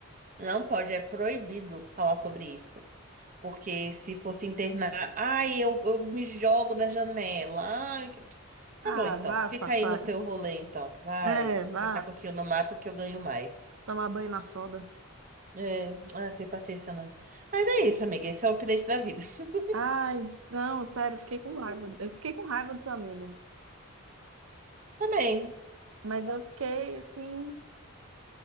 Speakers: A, on the right (about 35°); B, on the right (about 70°).
A: Não pode, é proibido falar sobre isso. Porque se fosse internar, ai, eu, eu me jogo da janela. Ai, que- tá
B: Ah,
A: bom então.
B: vá
A: Fica
B: passar.
A: aí no teu rolê então. Vai,
B: É, vá
A: catar coquinho no mato que eu ganho mais.
B: tomar banho na soda.
A: É, ah, tem paciência não. Mas é isso, amiga. Esse é o update da vida. <laughs>
B: Ai, não, sério, eu fiquei com raiva. Eu fiquei com raiva do seu amigo.
A: Tá bem.
B: Mas eu fiquei assim.